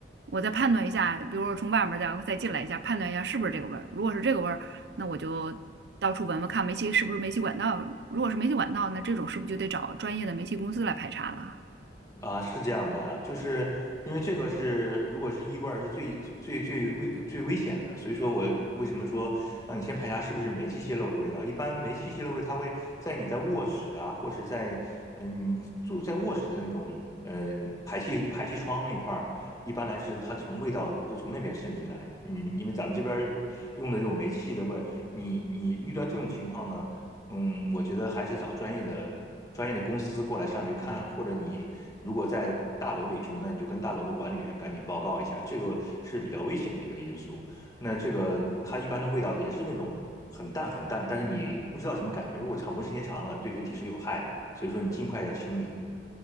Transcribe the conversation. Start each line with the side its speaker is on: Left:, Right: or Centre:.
Right: 我再判断一下，比如说从外面再再进来一下，判断一下是不是这个味儿。如果是这个味儿，那我就到处闻闻看煤气是不是煤气管道。如果是煤气管道，那这种是不是就得找专业的煤气公司来排查了？
Left: 啊，是这样的呀，就是因为这个是，如果是异味儿，是最最最最危最危险的，所以说我为什么说让你先排查是不是煤气泄漏的味道？一般煤气泄漏味，它会在你在卧室啊，或是在嗯、住在卧室的那种呃排气排气窗那块儿，一般来是它从味道都从那边渗进来。嗯，因为咱们这边儿用的这种煤气的味儿，你你遇到这种情况呢？嗯，我觉得还是找专业的专业的公司过来上去看，或者你如果在大楼里住，那你就跟大楼的管理员赶紧报告一下，这个是比较危险的一个因素。那这个它一般的味道也是那种很淡很淡，但是你不知道什么感觉，如果长闻时间长了，对人体是有害的，所以说你尽快要清理。